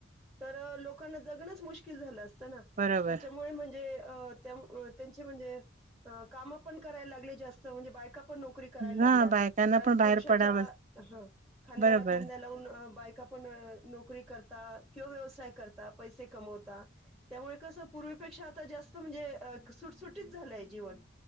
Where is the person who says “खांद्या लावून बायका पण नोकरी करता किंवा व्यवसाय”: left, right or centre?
Centre